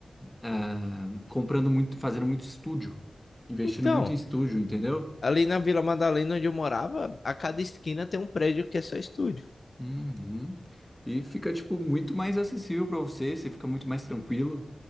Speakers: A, in the centre; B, on the left (about 55°).
A: é, é, comprando muito, fazendo muito estúdio, investindo
B: Então,
A: muito em estúdio, entendeu?
B: ali na Vila Madalena, onde eu morava, a cada esquina tem um prédio que é só estúdio.
A: Uhum. E fica, tipo, muito mais acessível pra você, você fica muito mais tranquilo,